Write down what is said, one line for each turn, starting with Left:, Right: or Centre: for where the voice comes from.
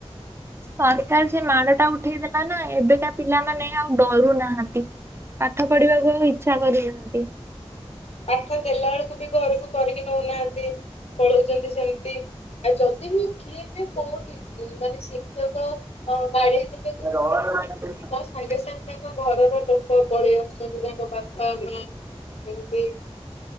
Right: ସରକାର ସେ ମାଡ଼ଟା ଉଠେଇ ଦେଲା ନା ଏବେକା ପିଲାମାନେ ଆଉ ଡରୁ ନାହାନ୍ତି। ପାଠ ପଢିବାକୁ ଆଉ ଇଚ୍ଛା କରୁ ନାହାନ୍ତି।
Left: ପାଠ ଦେଲା ବେଳକୁ ବି ଘରକୁ କରିକି ଦଉ ନାହାନ୍ତି, ପଳଉଛନ୍ତି ସେମତି, ଆଉ ଯଦି ବି କିଏ ବି କୋଉଠି ଉଁ-ଉଁ ମାନେ ଶିକ୍ଷକ ଅଁ ବାଡେଇ ଦେଇ
Right: <unintelligible>
Left: ସାଙ୍ଗେ-ସାଙ୍ଗେ ତାଙ୍କ ଘରର ଲୋକ ପଳେଇଆ ସାଙ୍ଗେସାଙ୍ଗେ <inaudible> ବାପା ମାଆ ଏମିତି